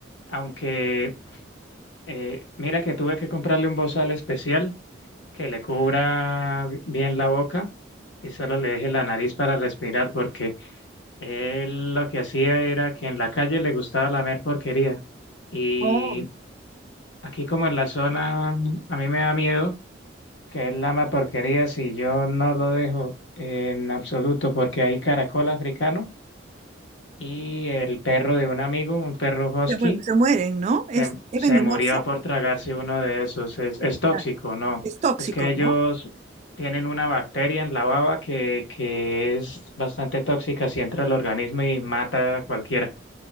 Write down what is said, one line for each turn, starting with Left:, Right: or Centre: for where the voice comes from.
Left: aunque eh, mira que tuve que comprarle un bozal especial que le cubra bien la boca y solo le deje la nariz para respirar, porque él lo que hacía era que en la calle le gustaba lamer porquería. Y
Right: Oh,
Left: aquí como en la zona, a mí me da miedo que él lama porquería si yo no lo dejo en absoluto, porque hay caracol africano y el perro de un amigo, un perro husky
Right: Se, mu- se mueren, ¿no? Es,
Left: Se,
Right: es
Left: se
Right: venenoso,
Left: murió por tragarse uno de esos. Es, es tóxico,
Right: Ah.
Left: ¿no?
Right: es tóxico,
Left: Es que ellos
Right: ¿no?
Left: tienen una bacteria en la baba que, que es bastante tóxica si entra al organismo y mata a cualquiera.